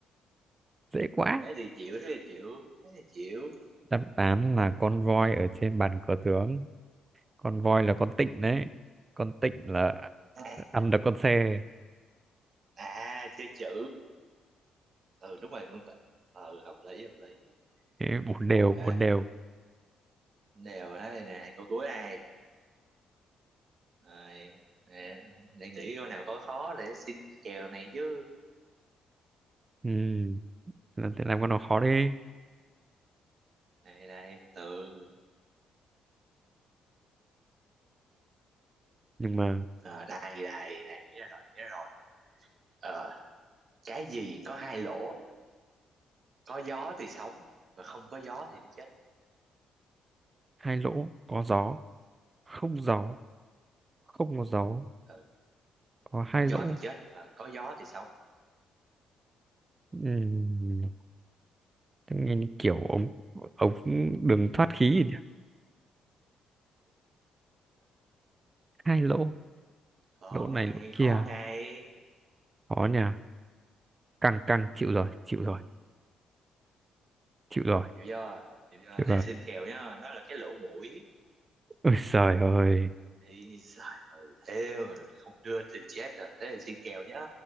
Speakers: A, on the right; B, on the right.
A: dễ quá
B: thế thì chịu thế thì chịu thế thì chịu
A: đáp án là con voi ở trên bàn cờ tướng con voi là con tịnh đấy con tịnh là
B: à,
A: ăn được con xe
B: à chơi chữ ừ đúng rồi cũng tịnh ừ hợp lý hợp lý
A: Thế bốn đều
B: ok
A: bốn đều
B: đều thế này nè câu cuối này Rồi, nè, để nghĩ coi nào có khó để xin kèo này chứ.
A: ừ làm thế làm con nó khó đi
B: Đây đây từ từ.
A: nhưng mà
B: Ờ, đây đây đây nghĩ ra rồi nghĩ ra rồi. Ờ, cái gì có hai lỗ, có gió thì sống mà không có gió thì nó chết.
A: hai lỗ có gió không gió không có gió
B: Ừ,
A: có hai
B: không
A: lỗ
B: gió thì chết mà có gió thì sống.
A: Ừm, thế nghe như kiểu ống ống đường thoát khí gì nhỉ? hai lỗ
B: Khó
A: lỗ này
B: ngay,
A: lỗ kia
B: khó ngay.
A: khó nhỉ căng căng chịu rồi chịu rồi chịu rồi
B: Chịu chưa? Chịu chưa?
A: chịu
B: Thế
A: rồi
B: xin kèo nhá, đó là cái lỗ mũi.
A: ôi trời ơi
B: Thì trời ơi, thế mà không đưa thì chết rồi. Thế thì xin kèo nhá.